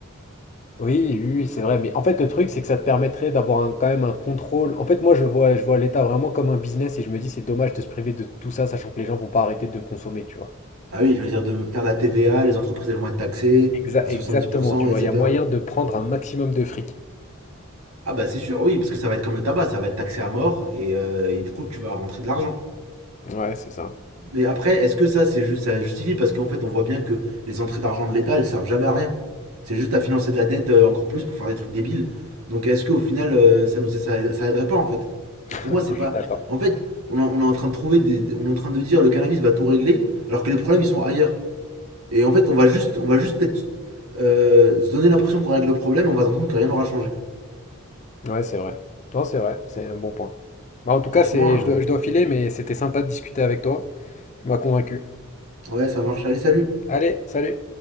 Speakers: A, on the left; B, on the right.
A: Oui, oui, oui, c'est vrai. Mais en fait, le truc, c'est que ça te permettrait d'avoir un- quand même un contrôle. En fait, moi, je vois, je vois l'État vraiment comme un business et je me dis, c'est dommage de se priver de tout ça, sachant que les gens vont pas arrêter de consommer, tu vois.
B: Ah oui, je veux dire, de faire de la TVA, les entreprises elles vont être taxées
A: Exa-
B: à
A: exactement,
B: 70%,
A: tu vois.
B: etc.
A: Il y a moyen de prendre un maximum de fric.
B: Ah bah c'est sûr, oui, parce que ça va être comme le tabac, ça va être taxé à mort et, euh, et du coup tu vas rentrer de l'argent.
A: Ouais, c'est ça.
B: Mais après, est-ce que ça, c'est ju- ça justifie Parce qu'en fait, on voit bien que les entrées d'argent de l'État, elles servent jamais à rien. C'est juste à financer de la dette euh, encore plus pour faire des trucs débiles. Donc est-ce qu'au final, euh, ça nous ça, ça aiderait pas en fait
A: <laughs>
B: Donc pour moi, c'est
A: Non,
B: pas.
A: je suis d'accord.
B: En fait, on, en- on est en train de trouver, des... on est en train de dire le cannabis va tout régler, alors que les problèmes ils sont ailleurs. Et en fait, on va juste, on va juste peut-être euh, se donner l'impression qu'on règle le problème, on va se rendre compte que rien n'aura changé.
A: Ouais, c'est vrai. Non, c'est vrai. C'est un bon point. Bah, en tout
B: Franchement,
A: cas, c'est, je
B: euh,
A: dois, je dois filer, mais c'était sympa de discuter avec toi. Tu m'as convaincu.
B: ouais, ça marche. Allez, salut.
A: Allez, salut.